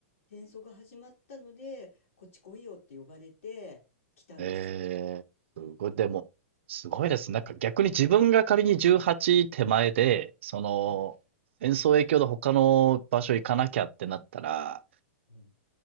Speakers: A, on the left; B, on the right.
A: 戦争が始まったので、こっち来いよって呼ばれて来たんですよ。
B: えー、
A: うん、
B: すごい。でも、すごいです。なんか逆に自分が仮に18手前で、その、
A: うん、
B: 戦争影響で他の場所行かなきゃってなったら、
A: うん。